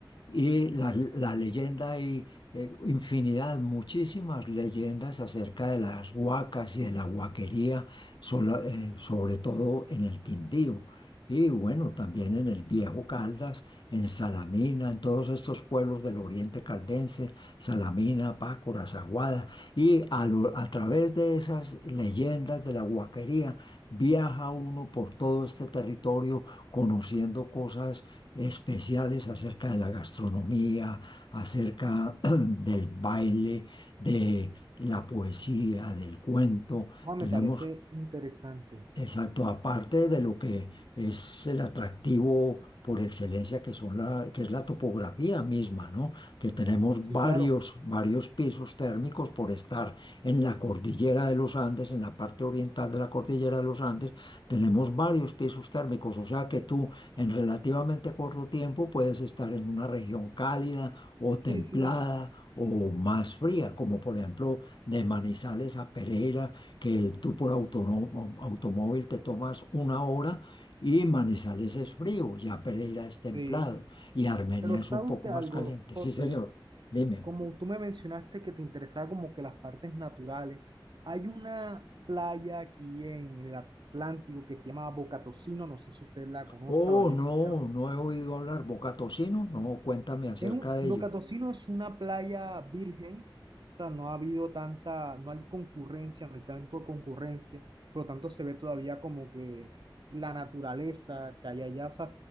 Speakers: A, on the left; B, on the right.
A: Y la, la leyenda hay eh, infinidad, muchísimas leyendas acerca de las huacas y de la huaquería, sola- eh, sobre todo en el Quindío. Y bueno, también en el Viejo Caldas, en Salamina, en todos estos pueblos del oriente caldense, Salamina, Pácora, Zaguada. Y a, lo- a través de esas leyendas de la huaquería, viaja uno por todo este territorio conociendo cosas especiales acerca de la gastronomía, acerca <clears throat> del baile, de la poesía, del cuento.
B: Ah, me
A: Tenemos
B: parece interesante.
A: Exacto, aparte de lo que es el atractivo por excelencia que son la, que es la topografía misma, ¿no? Que tenemos
B: Sí,
A: varios,
B: claro.
A: varios pisos térmicos por estar en la cordillera de los Andes, en la parte oriental de la cordillera de los Andes, tenemos varios pisos térmicos, o sea que tú en relativamente corto tiempo puedes estar en una región cálida o
B: Sí,
A: templada
B: sí,
A: o más fría, como por ejemplo de Manizales a Pereira que tú por autono- automóvil te tomas una hora y Manizales es frío, ya Pereira es templado
B: sí.
A: y Armenia
B: Pero ¿sabe
A: es un poco
B: usted
A: más
B: algo,
A: caliente.
B: José?
A: Sí, señor, dime.
B: Como tú me mencionaste que te interesaba como que las partes naturales, hay una playa aquí en el Atlántico que se llama Bocatocino, no sé si usted la conozca,
A: Oh,
B: lo haya
A: no,
B: escuchado.
A: no he oído hablar Bocatocino, no, cuéntame acerca
B: Es un,
A: de
B: Boca
A: ello.
B: es una playa virgen, o sea, no ha habido tanta, no hay concurrencia, no hay tanto concurrencia, por lo tanto se ve todavía como que la naturaleza que hay allá, o sea,